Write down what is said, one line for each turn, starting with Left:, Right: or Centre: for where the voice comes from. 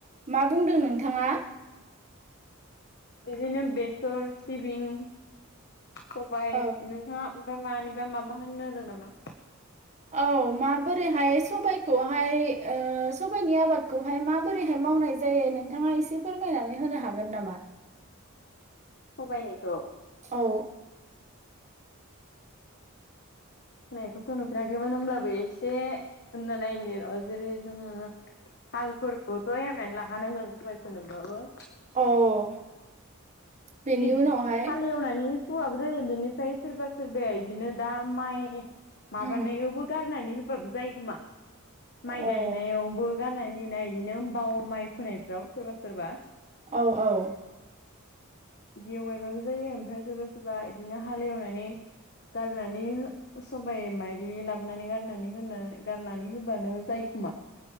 Right: मा बुंदों नोंथाङा
Left: बिदिनो बेसर सिबिं सबाय
Right: औ
Left: नोंहा ओमफफ्राय मानिबा माबा होनो होदों नामा?
Right: औ माबोरैहाय सबखौहाय सबाइनि आबादखौहाय माबोरैहाय मावनाय जायो नोंथाङा एसे फोरमायनानै होनो हागोन नामा?
Left: खबायनिखौ
Right: औ
Left: होननायखौथ' नुफेराखैमोन होमब्लाबो एसे होनना नायनि र' जेरै जोङो हालफोरखौबो एवनानै लाखानांगोन सबाय फोनोबाबो
Right: औ बेनि
Left: इद
Right: उनावहाय
Left: हालेवनानि हौवाबो जायो बेनिफ्राय सोरबा सोरबाया इदिनो दा माइ माबानायावबो
Right: उम
Left: गारनानै होबाबो जायो खोमा?
Right: अ औ
Left: माइ गायनायावबो गारनानै होयोना इदिनो बाव माइ फोनायफ्राव सोरबा सोरबा
Right: औ औ
Left: इदियाव गायबाबो जायो ओमफ्राय सोरबा सोरबा इदिनो हालेवनानै गारनानै सबाय मायदि लाबोनानै गारनानै होना गारनानै होबानो जायो खोमा?